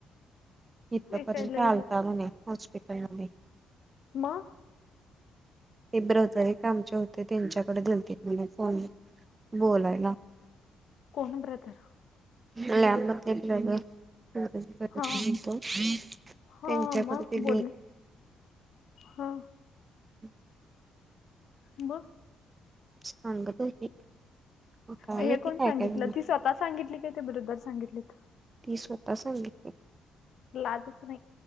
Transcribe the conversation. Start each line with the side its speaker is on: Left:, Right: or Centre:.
Right: इथपर्यंत
Left: ऐकायला येल
Right: आलता म्हणे हॉस्पिटल मध्ये.
Left: म
Right: ते ब्रदर एक आमचे होते त्यांच्याकडे दिलती म्हण फोन बोलायला.
Left: कोण ब्रदर?
Right: लॅब मध्ये ब्रदर
Left: हा
Right: <inaudible> त
Left: हा
Right: त्यांच्याकडे
Left: मग
Right: दिली.
Left: बोलली हा.
Right: <unintelligible>
Left: म?
Right: सांगत होती. काय
Left: हे
Right: माहिती
Left: कोण
Right: काय
Left: सांगितलं
Right: काय झालं
Left: ती स्वतः सांगितली काय ते ब्रदर सांगितलीत?
Right: ती स्वतः सांगितली.
Left: लाजच नाही.